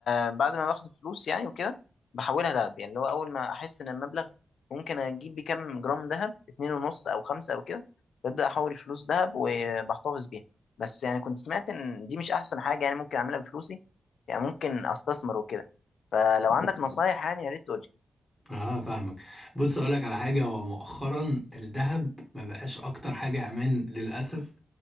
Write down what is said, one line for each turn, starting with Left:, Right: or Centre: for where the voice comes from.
Left: آه، بعد ما باخد فلوس يعني وكده بحولها دهب يعني اللي هو اول ما احس ان المبلغ ممكن اجيب بيه كام جرام دهب اتنين ونص او خمسه او كده ببدا احول الفلوس دهب وبحتفظ بيها بس يعني كنت سمعت ان دي مش احسن حاجه يعني ممكن اعملها بفلوسي يعني ممكن استثمر وكده فلو عندك <laughs> نصايح يعني يا ريت تقول لي
Centre: اه فاهمك بص اقول لك على حاجه هو مؤخرا الذهب ما بقاش اكتر حاجه امان للاسف